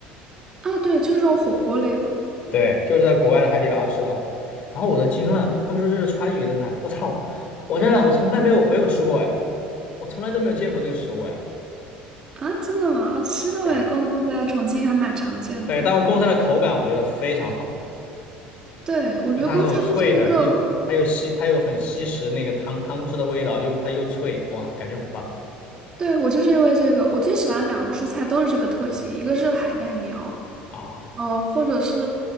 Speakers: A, on the right (about 20°); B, on the left (about 40°).
A: 啊。对，就是这种火锅类嘛。
B: 对，就是在国外的海底捞吃到的然后我都惊了，他们说这是川渝的菜，我操！我真的我从来没有没有吃过哎，我从来都没有见过这个食物哎。
A: 啊，真的吗？啊，吃这种贡菜在重庆还蛮常见的。
B: 对对，但我贡菜的口感我觉得非常好，
A: 对，我觉得贡菜就是一个
B: 就它那种脆的，又它又吸它又很吸食那个汤汤汁的味道，又它又脆，哇，感觉很棒
A: 对，我就是因为这个，我最喜欢两个蔬菜都是这个特性，一个是海带苗，
B: 啊
A: 呃，或者是